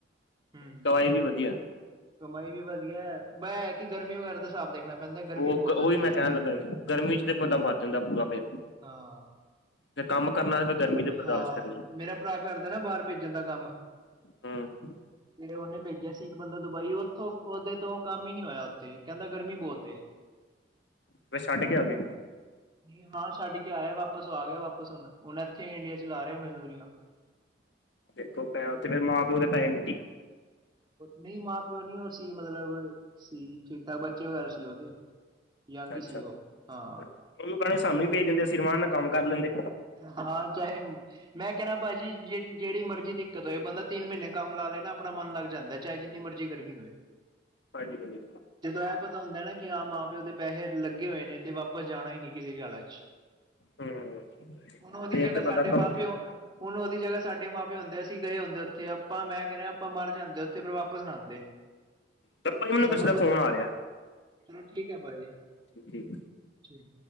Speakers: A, on the right; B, on the left.
A: ਹੂੰ
B: ਕਵਾਏ ਵੀ ਵਧੀਆ।
A: ਕਮਾਈ ਵੀ ਵਧੀਐ, ਬਾ ਐ ਹੈ ਕਿ ਗਰਮੀ ਵਗੈਰਾ ਦਾ ਹਿਸਾਬ ਦੇਖਣਾ ਪੈਂਦਾ ਗਰਮੀ
B: ਉਹ
A: ਬਹੁਤ
B: ਉਹੀ
A: ਹੈ ਇੱਥੇ
B: ਮੈਂ ਕਹਿਣ ਲੱਗਾ ਹੀ, ਗਰਮੀ ਚ ਤੇ ਬੰਦਾ ਮਰ ਜਾਂਦਾ ਬੂਰਾ ਫੇਰ।
A: ਹਾਂ।
B: ਜੇ ਕੰਮ ਕਰਨਾ ਤੇ ਫਿਰ ਗਰਮੀ ਤੇ ਬਰਦਾਸ਼ਤ
A: ਹਾਂ
B: ਕਰਨੀ
A: ਮੇਰਾ ਭਰਾ ਕਰਦਾ ਨਾ ਬਾਹਰ ਭੇਜਣ ਦਾ ਕੰਮ
B: ਹਾਂ।
A: ਤੇ ਉਹਨੇ ਭੇਜਿਆ ਸੀ ਇੱਕ ਬੰਦਾ ਦੁਬਈ, ਉੱਥੋਂ ਉਹਦੇ ਤੋਂ ਕੰਮ ਹੀ ਨੀ ਹੋਇਆ। ਤੇ ਕਹਿੰਦਾ ਗਰਮੀ ਬਹੁਤ ਏ।
B: ਬਸ ਛੱਡੇ ਕੇ ਆ ਗਏ।
A: ਨਹੀਂ ਹਾਂ ਛੱਡ ਕੇ ਆਇਆ ਵਾਪਸ ਆ ਗਿਆ ਵਾਪਿਸ ਹੁਣ, ਉਹੇ ਇੱਥੇ ਇੰਡੀਆ ਚ ਲਾ ਰਿਹਾ ਮਜ਼ਦੂਰੀਆਂ।
B: ਦੇਖੋ ਪੈ ਕਿਵੇਂ ਮਾਂ ਪਿਓ ਦੇ ਪੈਹੈ ਮਿੱਟੀ।
A: ਨਹੀਂ ਮਾਂ ਪਿਓ ਨੀ ਉਹ ਸੀ, ਮਤਲਬ ਸੀ ਠੀਕ ਠਾਕ ਬੱਚੇ ਵਗੈਰਾ ਸੀ ਉਹਦੇ। ਯੰਗ ਹੀ
B: ਅੱਛਾ!
A: ਸੀ ਉਹ ਹਾਂ
B: ਉਹਨੂੰ ਕਹਿਣੇ ਸਾਨੂੰ ਹੀ ਭੇਜ ਦਿੰਦੇ ਅਸੀਂ ਆਰਾਮ ਨਾਲ ਕੰਮ ਕਰ ਲੈਂਦੇ।
A: ਹਾਂ ਚਾਹੇ। ਮੈਂ ਕਹਿਣਾ ਭਾਜੀ ਜਿਹੜੀ ਜਿਹੜੀ ਮਰਜ਼ੀ ਦਿੱਕਤ ਹੋਏ ਬੰਦਾ ਤਿੰਨ ਮਹੀਨੇ ਕੰਮ ਲਾ ਲਏ ਨਾ ਆਪਣਾ ਮਨ ਲੱਗ ਜਾਂਦਾ। ਚਾਹੇ ਜਿੰਨੀ ਮਰਜ਼ੀ ਗਰਮੀ ਹੋਏ।
B: ਹਾਂਜੀ ਹਾਂਜੀ।
A: ਜਦੋਂ ਇਹ ਪਤਾ ਹੁੰਦਾ ਨਾ ਕਿ ਹਾਂ ਮਾਂ ਪਿਓ ਦੇ ਪੈਸੇ ਲੱਗੇ ਹੋਏ ਨੇ ਤੇ ਵਾਪਸ ਜਾਣਾ ਹੀ ਨੀ ਕਿਸੇ ਵੀ ਹਾਲਤ ਵਿੱਚ।
B: ਹੂੰ
A: ਹੁਣ ਉਹਦੀ
B: ਫੇਰ
A: ਜਗ੍ਹਾ
B: ਤੇ
A: ਸਾਡੇ
B: ਬੰਦਾ ਕੰਮ
A: ਮਾਂ ਪਿਓ। ਹੁਣ ਉਹਦੀ ਜਗ੍ਹਾ ਸਾਡੇ ਮਾਂ ਪਿਓ ਹੁੰਦੇ, ਅਸੀਂ ਗਏ ਹੁੰਦੇ ਉੱਥੇ ਆਪਾਂ ਮੈਂ ਕਹਿ ਰਿਹਾ ਆਪਾਂ ਮਰ ਜਾਂਦੇ। ਤੇ ਫਿਰ ਪਰ ਵਾਪਿਸ ਨਾ ਆਉਂਦੇ
B: ਚਲੋ ਭਾਜੀ ਮੈਨੂੰ
A: ਸਾਨੂੰ
B: ਕਿਸੇ ਦਾ
A: ਤਾਂ
B: ਫੋਨ ਆ ਰਿਹਾ
A: ਚਲੋ। ਠੀਕ ਹੈ ਭਾਜੀ
B: ਠੀਕ ਠੀਕ।
A: ਠੀਕ।